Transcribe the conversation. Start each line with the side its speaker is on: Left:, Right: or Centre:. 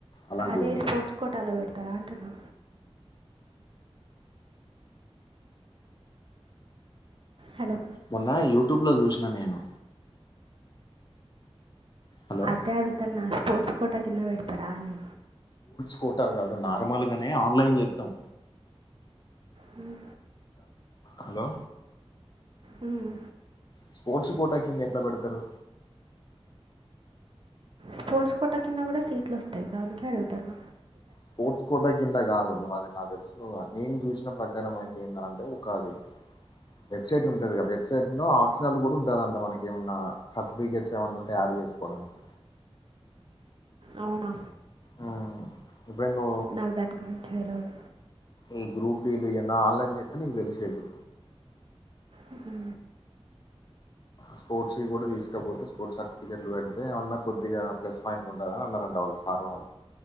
Left: అలాంటివి
Right: అదే
Left: ఉంటే
Right: స్పోర్ట్స్ కోటాలో పెడతారా అంటున్నా హలో
Left: మొన్న యూట్యూబ్ లో చూసినా నేను హలో
Right: అదే అడుగుతాన్న స్పోర్ట్స్ కోట కింద పెడతారా అని
Left: ఫోటా కాదు నార్మల్గానే ఆన్లైన్ చేత్తం
Right: మ్
Left: హలో
Right: మ్మ్
Left: స్పోర్ట్స్ కోటా కింద ఎట్లా పెడుతరు
Right: స్పోర్ట్స్ కోట కింద కూడా సీట్లు వస్తాయి దానికే అడుగుతాన్న
Left: స్పోర్ట్స్ కోట కింద కాదు నువ్వు అది నాకు తెలుసు లే నేను చూసిన ప్రకారం అయితే ఏందంటే ఓకాలు వెబ్సైట్ ఉంటాది కదా వెబ్సైట్ లో ఆప్షనల్ కూడా ఉంటదాంట మనకి ఏమన్నా సర్టిఫికేట్స్ ఏమన్నా ఉంటే ఎసుకోవడానికి
Right: అవునా
Left: అవును ఇప్పుడు ఎందో
Right: నాకు దాని గురించి తెలవదు
Left: ఏ గ్రూప్ డీ <unintelligible> లు ఏమన్న ఆన్లైన్ చేత్తే నీకు తెలిసేది
Right: అహ
Left: స్పోర్ట్స్ వి కూడా తీసుకపోతే స్పోర్ట్స్ సర్టిఫికెట్లు పెడితే ఏమన్నా కొద్దిగా ప్లస్ పాయింట్ ఉంటాదని అందరు అంటళ్ళు సర్ వాళ్ళు